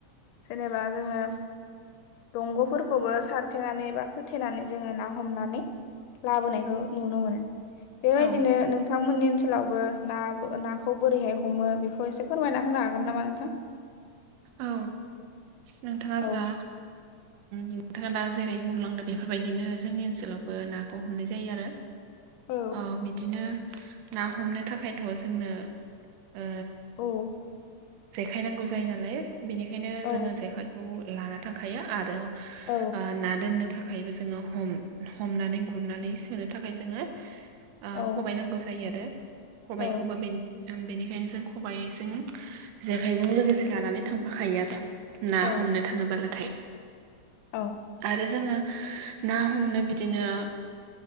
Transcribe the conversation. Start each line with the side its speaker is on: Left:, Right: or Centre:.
Left: जेनेबा जोङो दंग'फोरखौबो सारथेनानै बा खोथेनानै जोङो ना हमनानै लाबोनायखौ नुनो मोनो बेबायदिनो
Right: औ
Left: नों थांमोननि ओनसोलावबो ना-नाखौ बोरैहाय हमो बेखौ एसे फोरमायना होनो हागोन नामा नोंथां?
Right: औ नोंथाङा
Left: औ
Right: जा नोंथाङा दा जेरै बुंलांदों बेफोरबायदिनो जोंनि सोलावबो नाखौ हमनाय जायो
Left: औ
Right: ओ बिदिनो ना हमनो थाखायथ' जोंनो ओ
Left: औ
Right: जेखाय नांगौ जायो नालाय बेनिखायनो
Left: औ
Right: जोङो जेखाइखौ लाना थांखायो आरो
Left: औ
Right: आ ना दोनो थाखायबो जोङो हम-हमनानै गुरनानै सोनो थाखाय जोङो ओ
Left: औ
Right: खबाय नांगौ जायो आरो खबाइखौबो
Left: औ
Right: बेनि ओम बेनिखायनो जों खबाइजों जेखाइजों लोगोसे लानानै थांफाखायो आरो। ना
Left: औ
Right: हमनो थाङोब्लाथाय
Left: औ
Right: आरो जोङो ना हमनो बिदिनो